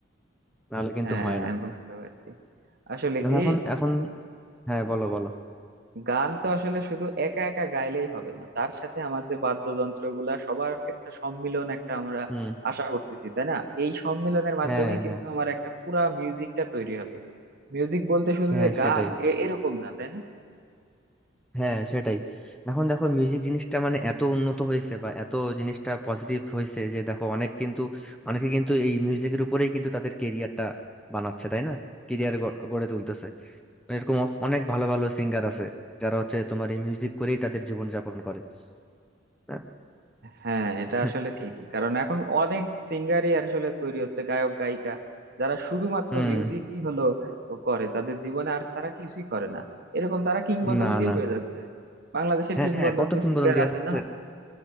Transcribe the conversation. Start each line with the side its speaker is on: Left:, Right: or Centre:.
Centre: নাহলে কিন্তু
Right: হ্যাঁ
Centre: হয় না
Right: বুঝতে পারছি আসলে
Centre: দেখো
Right: কি
Centre: এখন এখন হ্যাঁ বলো বলো
Right: গান তো আসলে শুধু একা একা গাইলেই হবে না তার সাথে আমার যে বাদ্যযন্ত্র গুলা সবার একটা সম্মিলন একটা আমরা
Centre: হুম
Right: আশা করতেছি তাই না এই সম্মিলনের মাধ্যমে
Centre: হ্যাঁ
Right: কিন্তু
Centre: হ্যাঁ
Right: আমার একটা পুরা মিউজিকটা তৈরি হবে মিউজিক বলতে শুধু
Centre: সে-
Right: যে
Centre: হ্যাঁ
Right: গান
Centre: সেটাই
Right: এ- এরকম না তাই না
Centre: হ্যাঁ সেটাই এখন দেখো মিউজিক জিনিসটা মানে এত উন্নত হয়েছে বা এত জিনিসটা পজিটিভ হয়েছে যে দেখো অনেক কিন্তু অনেকে কিন্তু এই মিউজিকের উপরেই কিন্তু তাদের কেরিয়ারটা বানাচ্ছে তাই না কেরিয়ার গড়ে তুলতেছে মানে এরকম অ- অনেক ভালো ভালো সিঙ্গার আছে যারা হচ্ছে তোমার এই মিউজিক করেই তাদের জীবন যাপন করে না?
Right: হ্যাঁ এটা
Centre: <laughs>
Right: আসলে ঠিকই কারণ এখন অনেক সিঙ্গারই আসলে তৈরি হচ্ছে গায়ক গায়িকা যারা শুধুমাত্র
Centre: হুম
Right: মিউজিকই হলো করে তাদের জীবনে আর তারা কিছুই করে না এরকম তারা কিংবদন্তিও
Centre: না না
Right: হয়ে যাচ্ছে বাংলাদেশের
Centre: হ্যাঁ
Right: কিংবদন্তি
Centre: কত কিংবদন্তি
Right: সিঙ্গার আছে
Centre: আছে
Right: না